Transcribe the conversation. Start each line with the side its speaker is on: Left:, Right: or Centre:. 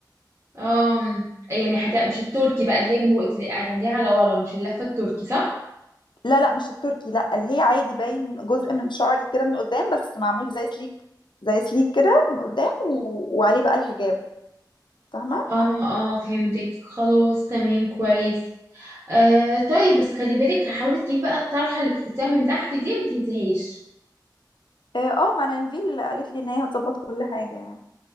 Right: آم، يعني حتى مش التركي بقى اللي هي من وقت اللي هتعمليها على ورا مش اللفة التركي صح؟
Left: لا لا مش التركي لا اللي هي عادي باين جزء من شعري كده من قدام بس معمول زي سليك زي سليك كده من قدام و... وعليه بقى الحجاب فاهمة
Right: اه اه فهمتك خلاص تمام كويس آه طيب بس خلي بالك حاولي تجيبي بقى الطرحة اللي بتحطيها من تحت دي ما تنسيهاش
Left: اه آه، ما انا الفيل قالت لي ان هي هتظبط كل حاجة يعني